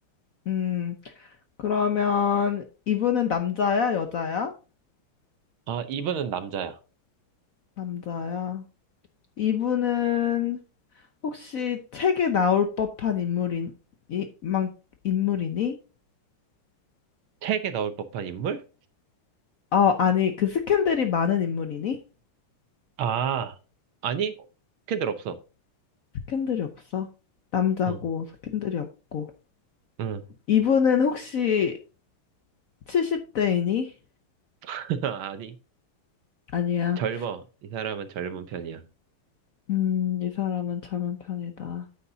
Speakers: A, on the left (about 60°); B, on the right (about 70°).
A: 음, 그러면 이분은 남자야, 여자야?
B: 아, 이분은 남자야.
A: 남자야. 이분은 혹시 책에 나올 법한 인물인, 이, 만, 인물이니?
B: 책에 나올 법한 인물?
A: 어, 아니, 그 스캔들이 많은 인물이니?
B: 아, 아니, 캔들 없어.
A: 스캔들이 없어. 남자고,
B: 응
A: 스캔들이 없고.
B: 응.
A: 이분은 혹시 70대이니?
B: <laughs> 아니,
A: 아니야.
B: 젊어. 이 사람은 젊은 편이야.
A: 음, 이 사람은 젊은 편이다.